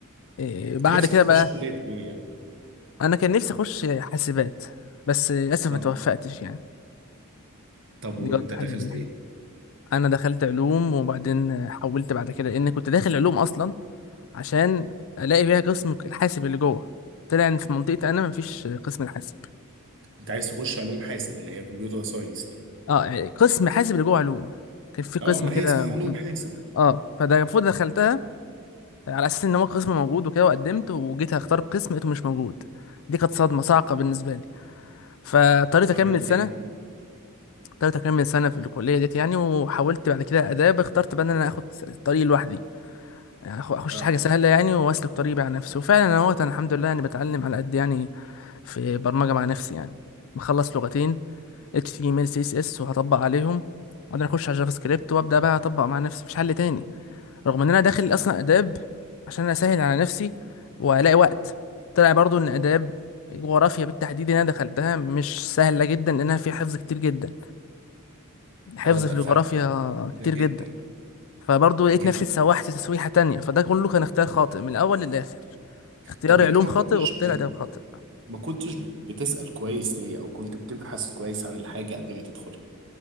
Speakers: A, on the left; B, on the right.
A: إيه بعد
B: انت نفسك
A: كده
B: تخش
A: بقى
B: كلية ايه يعني
A: انا كان نفسي اخش حاسبات بس للاسف
B: اه
A: ما توفقتش يعني
B: طب
A: دي
B: وانت
A: برضه
B: دخلت
A: حاجه من الحاجات
B: ايه
A: انا دخلت علوم وبعدين حولت بعد كده لان كنت داخل علوم اصلا عشان الاقي بيها قسم الحاسب اللي جوه طلع ان في منطقتي انا مفيش قسم الحاسب
B: انت عايز تخش علوم حاسب اللي هي كمبيوتر ساينس دي
A: اه يعني قسم حاسب اللي جوه علوم كان في قسم
B: اه ما
A: كده
B: هي اسمها
A: م-
B: علوم حاسب
A: اه فده المفروض دخلتها على اساس ان هو قسم موجود وكده وقدمت وجيت اختار قسم لقيته مش موجود دي كانت صدمه صعقه بالنسبه لي فاضطريت اكمل
B: عملت
A: سنه
B: ايه بقى
A: تالتة كام من سنة في الكلية ديت يعني وحاولت بعد كده آداب اخترت بقى إن أنا آخد الطريق لوحدي يعني آخ- أخش
B: اه
A: حاجة سهلة يعني وأسلك طريقي مع نفسي وفعلا أنا اهوت أنا الحمد لله يعني بتعلم على قد يعني في برمجة مع نفسي يعني مخلص لغتين HTML CSS وهطبق عليهم وبعدين أخش على جافا سكريبت وأبدأ بقى أطبق مع نفسي مفيش حل تاني رغم إن أنا داخل
B: اه
A: أصلا آداب عشان أنا أسهل على نفسي وألاقي وقت طلع برضو إن آداب جغرافيا بالتحديد اللي أنا دخلتها مش سهلة جدا لأنها فيها حفظ كتير جدا حفظ
B: اه
A: في
B: ده
A: الجغرافيا
B: فعلا ده
A: كتير
B: جدا
A: جدا فبرضه لقيت
B: جدا
A: نفسي اتسوحت تسويحة تانية فده كله كان اختيار خاطئ من الأول للآخر اختياري
B: طب انت
A: علوم
B: ما
A: خاطئ
B: كنتش
A: واختياري
B: ب...
A: آداب خاطئ
B: ما كنتش بت- بتسأل كويس ليه او كنت بتبحث كويس عن الحاجة قبل ما تدخلها